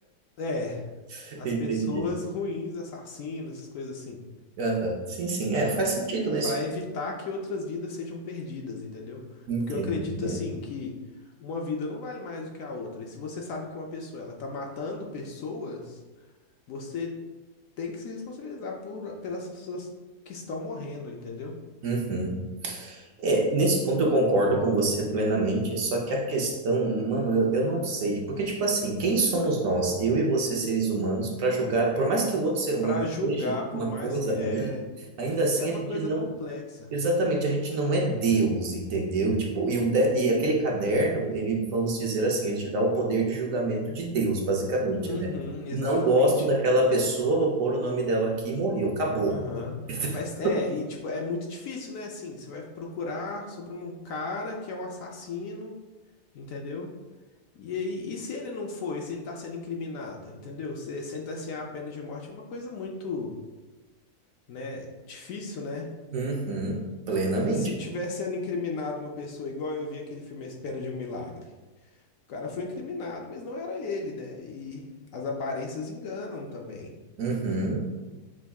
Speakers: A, on the left; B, on the right.
A: É,
B: <laughs>
A: as
B: Entendi.
A: pessoas <laughs> ruins, assassinos, essas coisas assim.
B: Aham. Sim, sim. É, faz sentido nesse.
A: Pra evitar que outras vidas sejam perdidas, entendeu?
B: Entendo,
A: Porque eu acredito,
B: entendo.
A: assim, que uma vida não vale mais do que a outra. E se você sabe que uma pessoa, ela tá matando pessoas, você tem que se responsabilizar por, pelas pessoas que estão morrendo, entendeu?
B: Uhum. É, nesse ponto eu concordo com você plenamente, só que a questão, mano, eu, eu não sei, porque tipo assim, quem somos nós, eu e você seres humanos, para julgar, por mais que o outro ser humano
A: para julgar,
B: seja
A: por
B: uma
A: mais
B: coisa
A: que é,
B: ruim, ainda assim
A: é uma
B: a gente
A: coisa
B: não,
A: complexa.
B: exatamente, a gente não é Deus, entendeu? Tipo, e, o de- e aquele caderno, ele, vamos dizer assim, ele te dá o poder de julgamento de Deus, basicamente,
A: Uhum,
B: né?
A: exatamente.
B: Não gosto daquela pessoa, vou pôr o nome dela aqui e morreu, acabou.
A: Aham.
B: <laughs>
A: Mas é, e tipo, é muito difícil, né? Assim, você vai procurar sobre um cara que é um assassino, entendeu? E aí, e se ele não foi, se ele tá sendo incriminado, entendeu? Você sentenciar a pena de morte é uma coisa muito, né, difícil, né?
B: Uhum, plenamente.
A: Se tiver sendo incriminado uma pessoa igual eu vi aquele filme A Espera de um Milagre. O cara foi incriminado, mas não era ele, né? E as aparências enganam também.
B: Uhum.